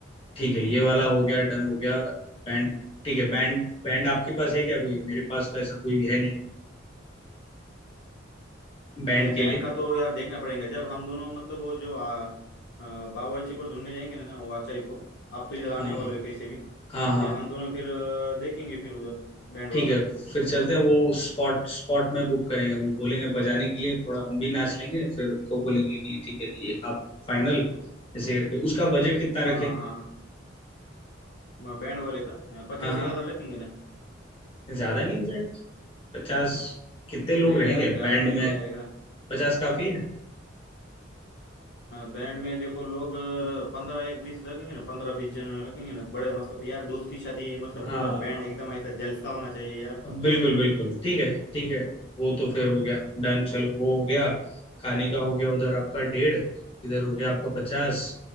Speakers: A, on the left (about 30°); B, on the left (about 60°).
A: ठीक है ये वाला हो गया डन हो गया बैंड ठीक है बैंड बैंड आपके पास है क्या कोई मेरे पास तो ऐसा कोई है नहीं बैंड
B: नहीं,
A: के
B: बैंड
A: लिए
B: का तो यार देखना पड़ेगा जब हम दोनों मतलब वो जो आ, आ, बावर्ची को ढूंढने जाएंगे ना वो आचार्य को आप तो इधर
A: हाँ
B: आने वाले हो कैसे भी
A: हाँ हाँ
B: फिर हम दोनों फिर आ, देखेंगे फिर उधर बैंड
A: ठीक
B: वाला
A: है फिर चलते हैं वो स्पॉट स्पॉट में बुक करेंगे वो बोलेंगे बजाने के लिए थोड़ा हम भी नाच लेंगे फिर उनको बोलेंगे कि ठीक है ये आप फाइनल ऐसे करके उसका बजट कितना
B: हाँ
A: रखें
B: हाँ हाँ बैंड वाले का पचास
A: हाँ हाँ
B: एक हजार लेंगे ना
A: ज्यादा नहीं हो जाएगा पचास कितने लोग
B: नहीं
A: रहेंगे
B: यार ज्यादा
A: बैंड
B: नहीं
A: में
B: हो जाएगा
A: पचास काफी है
B: बैंड में देखो लोग पंद्रह एक बीस रखेंगे ना पंद्रह बीस जन रखेंगे ना बड़े मतलब यार दोस्त की शादी है मतलब
A: हाँ
B: पूरा बैंड
A: हाँ,
B: एकदम ऐसा जलसा होना चाहिए यार
A: हाँ, बिल्कुल बिल्कुल ठीक है ठीक है वो तो फिर हो गया डन चलो वो हो गया खाने का हो गया उधर आपका डेढ़ इधर हो गया आपका पचास